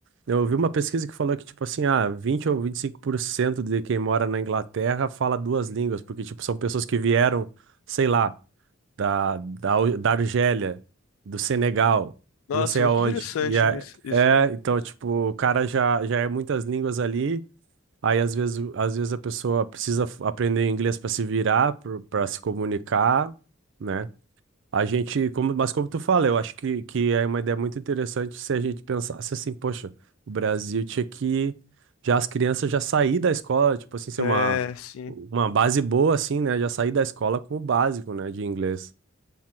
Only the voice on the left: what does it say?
Nossa,
muito
interessante
nisso- isso.
né?
É,
sim.